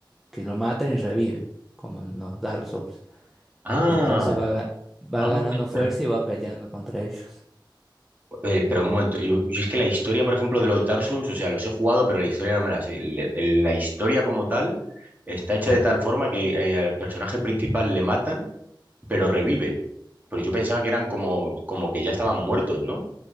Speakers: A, in the centre; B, on the right.
A: que lo matan y revive, como en los Dark Souls.
B: Ah,
A: Entonces va, ga- va
B: ah,
A: ganando
B: ostras.
A: fuerza y va peleando contra ellos.
B: Eh, pero un momento, yo, yo es que la historia, por ejemplo, de los Dark Souls, o sea, los he jugado, pero la historia no me la sé. Le- el- la historia como tal está hecha de tal forma que eh, al personaje principal le matan, pero revive. Pero yo pensaba que eran como, como que ya estaban muertos, ¿no?